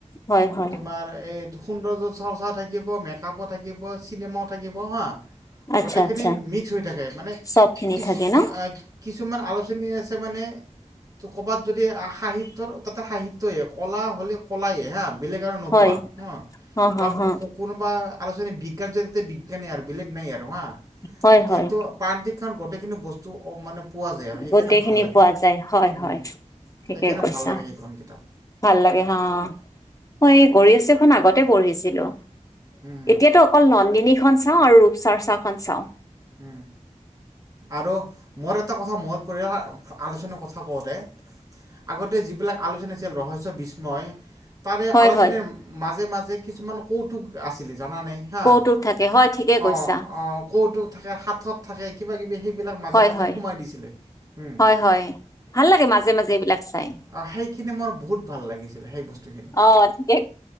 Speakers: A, on the left (about 25°); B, on the right (about 30°).
A: হয় হয়
B: তমাৰ চৰ্চা থাকিব মেকআপো থাকিব চিনেমাও থাকিব হা
A: আচ্ছা
B: গোটেইখিনি
A: আচ্ছা
B: মিক্স হৈ থাকে মানে
A: চবখিনি
B: কিছু।
A: থাকে ন
B: কিছুমান আলোচনী আছে মানে ত। ' ক'ৰবাত যদি সাহিত্যৰ তাতে সাহিত্যয়ে কলা হলে কলাইে হা। বেলেগ আৰু নোপোৱা
A: হয়
B: হ
A: হা হা
B: বা
A: হা
B: কোনোবা আলোচনী বিজ্ঞান চৰিতে বিজ্ঞানে আৰু বেলেগ নাই আৰু হা
A: হয়
B: কিন্তু
A: হয়
B: পানটিক গোটেইখিনি বস্তু মানে পোৱা যায় আৰু সেইকাৰণে
A: গোটেইখিনি
B: ভাল লাগে
A: পোৱা যায় হয় - হয়
B: উম
A: ঠিকে
B: সেইকাৰণে
A: কৈছা
B: ভাল লাগে সেইখন কিতাপ
A: ভাল লাগে হা মই এই গৰ আছেখন আগতে পঢ়িছিলো।
B: উম
A: এতিয়াতো অকল নন্দিনী খন চাও আৰু ৰূপ চৰ্চা খন চাও।
B: উম। আৰু মোৰ এটা কথা মনত পৰিল আলোচনাৰ কথা কওঁতে আগতে যিবিলাক আলোচনী আছিল ৰহস বিসয়। তাৰে
A: হয়
B: আলোচনীৰ
A: হয়
B: মাজে-মাজে কিছুমান কৌতুক আছিলে। জানা নাই হা,
A: কৌতুক থাকে হয় ঠিকে কৈছা
B: অ, অ, কৌতুক থাকে, সাথৰ থাকে, কিবা কিবি সেই এই বিলাক মাজে
A: হয়
B: মাজে
A: হয়
B: সোমাই দিছিলে। উম,
A: হয়, হয়, ভাল লাগে মাজে মাজে এইবিলাক চাই।
B: আহ সেইখিনি মোৰ বহুত ভাল লাগিছিলে সেই বস্তুখিনি,
A: অ ঠিকে